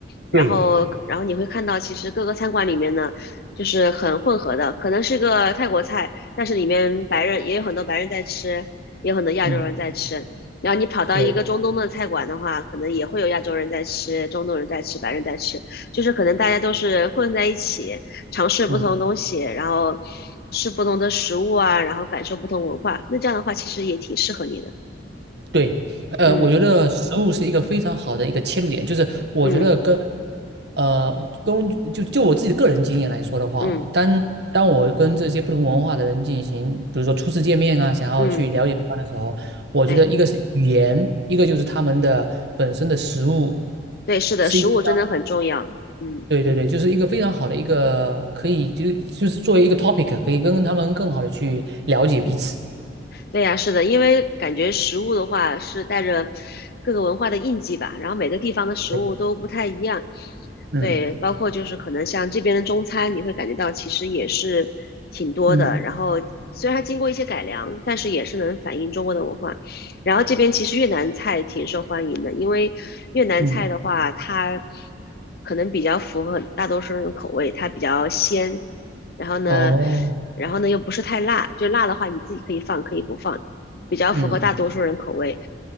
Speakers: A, on the left (about 55°); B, on the right (about 60°).
A: 然后然后你会看到，
B: 对，
A: 其实各个餐馆里面呢，就是很混合的，可能是个泰国菜，但是里面白人也有很多白人在吃，也有很多亚洲人在吃。
B: 嗯
A: 然后你跑到一个中东的菜馆的话，
B: 对。
A: 可能也会有亚洲人在吃，中东人在吃，白人在吃，就是可能大家都是混在一起，尝试不同的东西，
B: 嗯，
A: 然后吃不同的食物啊，然后感受不同文化。那这样的话，其实也挺适合你的。
B: 对，呃，
A: 嗯
B: 我觉得食物是一个非常好的一个切入点，就是我觉得跟
A: 嗯
B: 呃，跟就就我自己的个人经验来说的话，
A: 嗯
B: 当当我跟这些不同文化的人进行，比如说初次见面啊，想要去了解他的时候，
A: 嗯，
B: 我觉得一个是语言，
A: 对
B: 一个就是他们的本身的食物，
A: 对，是的，
B: 是一个
A: 食物真的很重要。嗯。
B: 对对对，就是一个非常好的一个可以就就是作为一个 topic，可以跟他们更好的去了解彼此。
A: 对呀，是的，因为感觉食物的话是带着各个文化的印记吧，然后每个地方的食物都不太一样。
B: 对，嗯
A: 对，包括就是可能像这边的中餐，你会感觉到其实也是挺多的。
B: 嗯
A: 然后虽然它经过一些改良，但是也是能反映中国的文化。然后这边其实越南菜挺受欢迎的，因为越南菜的话，
B: 嗯，
A: 它可能比较符合大多数人的口味，它比较鲜，然后呢，
B: 哦，
A: 然后呢又不是太辣，就辣的话你自己可以放，可以不放，比较符合大多数人口味。
B: 嗯